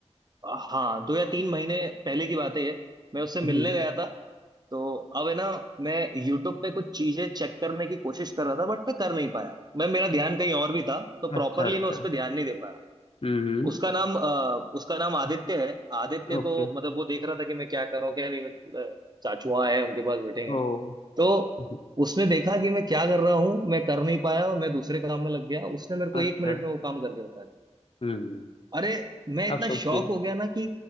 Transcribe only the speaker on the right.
हाँ दो या तीन महीने पहले की बात है ये मैं उससे मिलने
गया था तो अब है ना मैं यूट्यूब पे कुछ चीजें चेक करने की कोशिश कर रहा था बट मैं कर नहीं पाया मैं मेरा ध्यान कहीं और भी था तो प्रॉपरली
मैं उस पर ध्यान नहीं दे पाया
उसका नाम आ, उसका नाम आदित्य है आदित्य
को मतलब वो देख रहा था कि मैं क्या करूँ क्या नहीं मतलब चाचुआ है उनके पास मीटिंग
है तो
उसने देखा कि मैं क्या कर रहा हूँ मैं कर नहीं पाया और मैं दूसरे काम में लग गया उसने मेरे को एक
मिनट में वो काम करके बता दिया
अरे मैं इतना
शॉक हो गया ना कि